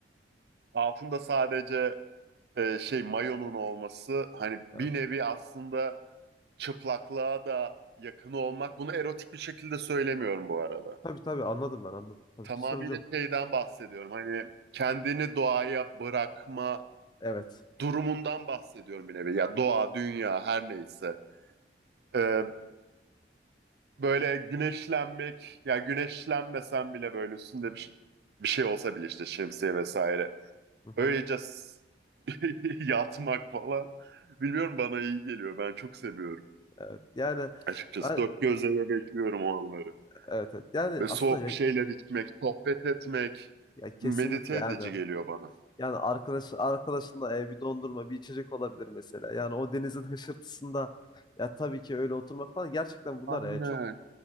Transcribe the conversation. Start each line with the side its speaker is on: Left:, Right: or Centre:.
Right: altında sadece e, şey mayonun olması hani bir
Left: Evet.
Right: nevi aslında çıplaklığa da yakın olmak. Bunu erotik bir şekilde söylemiyorum bu arada.
Left: Tabii tabii anladım ben anladım. Tabii
Right: Tamamıyla
Left: ki sorun yok.
Right: şeyden bahsediyorum. Hani kendini doğaya bırakma
Left: Evet.
Right: durumundan bahsediyorum bir nevi. Ya doğa, dünya her neyse. E, böyle güneşlenmek ya güneşlenmesen bile böyle üstünde bir, bir şey olsa bile işte şemsiye vesaire.
Left: Hı hı.
Right: Öylece s- <laughs> yatmak falan. Bilmiyorum bana iyi geliyor. Ben çok seviyorum.
Left: Evet. Yani
Right: Açıkçası
Left: ben
Right: dört gözle de bekliyorum o anları.
Left: evet evet. Yani
Right: Ve
Left: aslında
Right: soğuk bir
Left: ya,
Right: şeyler içmek, sohbet etmek
Left: ya kesinlikle
Right: medite
Left: yani
Right: edici geliyor bana.
Left: Yani arkadaş arkadaşınla e, bir dondurma, bir içecek olabilir mesela. Yani o denizin hışırtısında ya tabii ki öyle oturmak falan gerçekten bunlar
Right: Aynen.
Left: e, çok